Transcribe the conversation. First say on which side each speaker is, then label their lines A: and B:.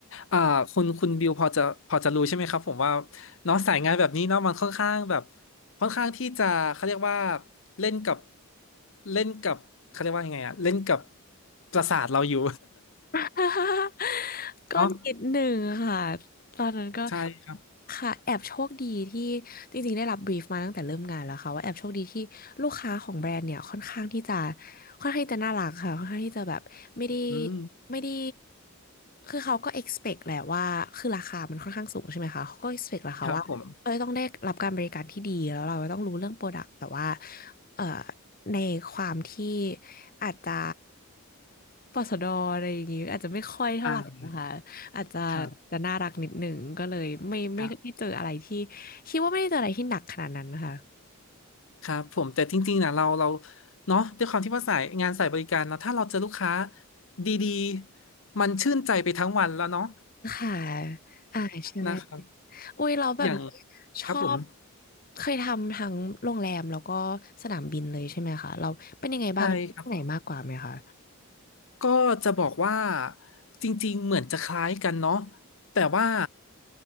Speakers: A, on the left; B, on the left.
A: อ่าคุณคุณบิวพอจะพอจะรู้ใช่ไหมครับผมว่าเนาะสายงานแบบนี้เนาะมันค่อนข้างแบบค่อนข้างที่จะเขาเรียกว่าเล่นกับเล่นกับเขาเรียกว่ายังไงอะเล่นกับประสาทเราอยู่
B: <laughs>
A: <laughs>
B: ก็นิดหนึ่งค่ะ
A: เนาะ
B: ตอนนั้นก็
A: ใช่ครับ
B: ค่ะแอบโชคดีที่จริงๆได้รับบรีฟมาตั้งแต่เริ่มงานแล้วค่ะว่าแอบโชคดีที่ลูกค้าของแบรนด์เนี่ยค่อนข้างที่จะค่อนข้างที่จะน่ารักค่ะค่อนข้างที่จะแบบไม่ได้
A: อืม
B: ไม่ได้คือเขาก็ expect แหละว่าคือราคามันค่อนข้างสูงใช่ไหมคะเขาก็ expect แหละค่ะว่าเอ้ยต้องได้รับการบริการที่ดีแล้วเราต้องรู้เรื่องโปรดักต์แต่ว่า
A: ครับผม
B: เอ่อ ในความที่อาจจะปสดอะไรอย่างงี้อาจจะไม่ค่อยเท่าไหร่นะคะอาจจะ
A: อ่า ครับ
B: จะน่ารักนิดหนึ่งก็เลยไม่ไม่ได้เจออะไรที่
A: อ่ะ
B: คิดว่าไม่ได้เจออะไรที่หนักขนาดนั้นนะคะ
A: ครับผมแต่จริงๆนะเราเราเนาะด้วยความที่ว่าสายงานสายบริการเนาะถ้าเราเจอลูกค้าดีๆมันชื่นใจไปทั้งวันแล้วเนาะ
B: ค่ะอ่าใช่
A: นะครับ
B: อุ้ยเราแบบ
A: อย่าง
B: ชอบ
A: ครับผม
B: เคยทำทั้งโรงแรมแล้วก็สนามบินเลยใช่ไหมคะเราเป็นยังไงบ้างที่ไหนมากกว่าไหมคะ
A: ใช่ครับก็จะบอกว่าจริงๆเหมือนจะคล้ายกันเนาะแต่ว่า